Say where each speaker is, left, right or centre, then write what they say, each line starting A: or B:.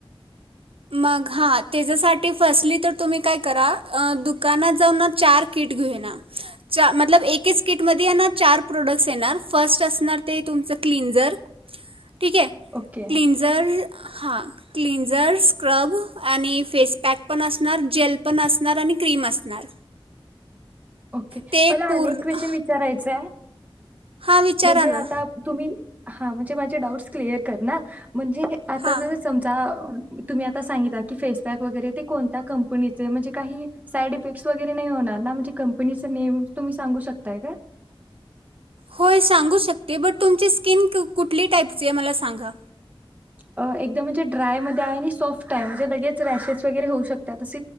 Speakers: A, on the right; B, on the right.
A: मग हा त्येजासाठी फर्स्टली तर तुम्ही काय करा दुकानात जाऊन ना चार किट घेऊन या मतलब एकेच किटमध्ये आहे ना चार प्रोडक्ट्स येणार फर्स्ट असणार ते तुमचं क्लिनजर ठीक आहे
B: ओके
A: क्लींजर हां, क्लींजर्स, स्क्रब आणि फेस पॅक पण असणार जेल पण असणार आणि क्रीम असणार
B: ओके
A: ते एक
B: मला
A: पूर्ण
B: अनेक क्वेश्चन विचारायचाय.
A: हां विचारा
B: म्हणजे
A: ना
B: आता तुम्ही, हा म्हणजे माझे डाऊट्स क्लिअर कर ना, म्हणजे आता
A: हां
B: जर समजा तुम्ही आता सांगितला की फेसपॅक वगैरे ते कोणत्या कंपनीचे म्हणजे काही साईड इफेक्ट्स वगैरे नाही होणार ना, म्हणजे कंपनीचे नेम तुम्ही सांगू शकताय का
A: होय सांगू शकते बट तुमची स्किन कुठली टाईपची आहे, मला सांगा.
B: अं एकदम म्हणजे ड्राय मध्ये आहे आणि सॉफ्ट आहे म्हणजे लगेच रॅशेस वगैरे होऊ शकतात तस